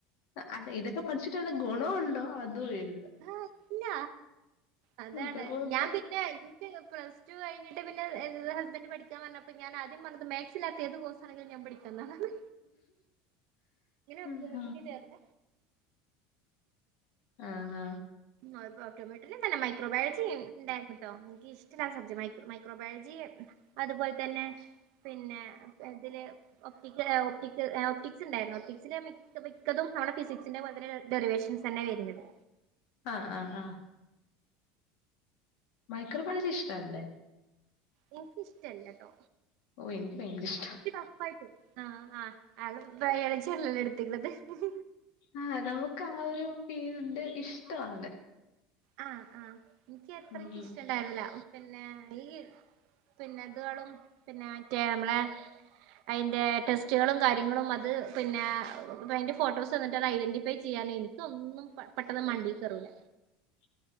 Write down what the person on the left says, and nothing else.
അത ഇതൊക്കെ പഠിച്ചിട്ടാണ് ഗുണണ്ടോ അതും ഇല്ല
വെറുതെ
ഉ
ഹ
ആഹ ആഹ
ആഹ് ആഹ് ആഹ മൈക്രബയോളജി ഇഷ്ടല്ലേ?
ഓ എനിക്ക് ഭയങ്കര ഇഷ്ട
ആഹ് നമുക്ക് ആ ഒരു ഫീൽഡ് ഇഷ്ടമാണ്
ഉം
<inaudible>